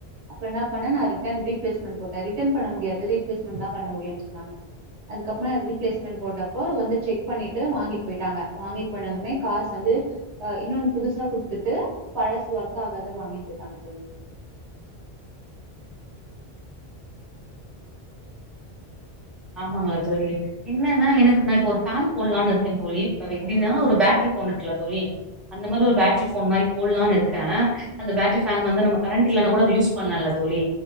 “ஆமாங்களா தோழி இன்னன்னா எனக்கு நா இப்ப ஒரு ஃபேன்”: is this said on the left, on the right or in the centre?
Centre